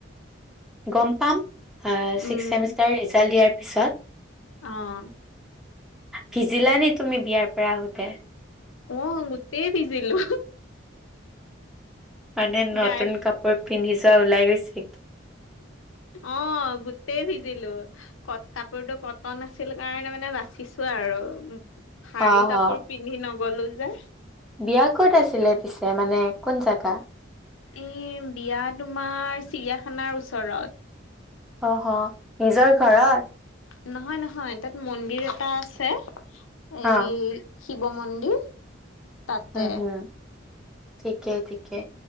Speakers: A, in the centre; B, on the left (about 85°).
A: গম পাম, আ ছিক্স
B: উম
A: চেমিষ্টাৰ ৰিজাল্ট দিয়াৰ পিছত।
B: অ
A: ভিজিলা নেকি তুমি বিয়াৰ পৰা আহোতে?
B: অ' গোটেই ভিজিলো।
A: মানে নতুন
B: গাই
A: কাপোৰ পিন্ধি যোৱা ওলাই গৈছে।
B: অ' গোটেই ভিজিলো। ক কাপোৰটো কটন আছিল কাৰণে মানে বাচিছো আৰু। ভাৰী
A: অ
B: কাপোৰ
A: হ
B: পিন্ধি নগলো যে।
A: বিয়া কত আছিলে পিছে, মানে কোন জেগা?
B: এ বিয়া তোমাৰ চিৰিয়াখানাৰ ওচৰত।
A: অ' অ', নিজৰ ঘৰত।
B: নহয় নহয়, তাত মন্দিৰ এটা আছে, এই
A: অ
B: শিৱ মন্দিৰ। তাতে।
A: উম হুম, ঠিকে ঠিকে